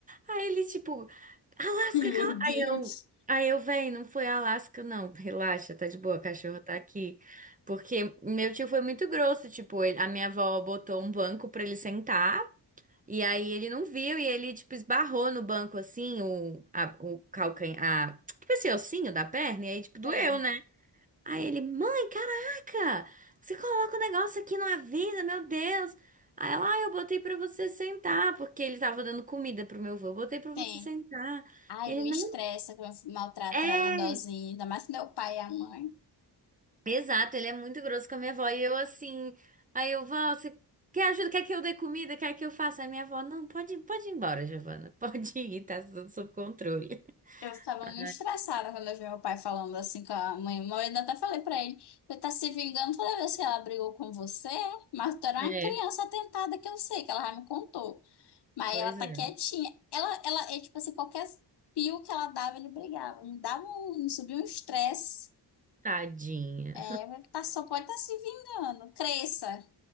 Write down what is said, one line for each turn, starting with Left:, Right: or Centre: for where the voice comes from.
Right: Aí ele tipo, Alasca,
Left: Meu
Right: cala.
Left: Deus.
Right: Aí eu, aí eu, véi, não foi Alasca, não. Relaxa, tá de boa, a cachorra tá aqui. Porque meu tio foi muito grosso, tipo, ele- a minha avó botou um banco pra ele sentar e aí ele não viu e ele, tipo, esbarrou no banco, assim, o, a, o calcanhar, a- tipo esse ossinho da perna, e aí, tipo, doeu,
Left: Sei.
Right: né? Aí ele, mãe, caraca, você coloca o negócio aqui, não avisa, meu Deus. Aí ela, ah, eu botei pra você sentar, porque ele tava dando comida pro meu avô, eu botei pra
Left: Tem.
Right: você sentar.
Left: Ai,
Right: Ele,
Left: ele me
Right: não,
Left: estressa, que maltrata
Right: é.
Left: idosinho, ainda mais quando é o pai e a mãe.
Right: Exato, ele é muito grosso com a minha avó. E eu assim, aí eu, vó, você quer ajuda? Quer que eu dê comida? Quer que eu faça? Aí minha avó, não, pode, pode ir embora, Giovana. <laughs> Pode ir, tá tudo sob controle. <laughs>
Left: Eu ficava
Right: Ai,
Left: muito estressada quando eu vi meu pai falando assim com a mãe. Eu ainda até falei pra ele, você tá se vingando toda vez que ela brigou com você, mas tu era
Right: É,
Left: uma criança atentada que eu sei, que ela já me contou. Mas
Right: pois
Left: ela tá
Right: é.
Left: quietinha. Ela, ela é tipo assim, qualquer pio que ela dava, ele brigava. Me dava um, subia um estresse.
Right: Tadinha.
Left: É, tá, só pode estar se vingando. Cresça.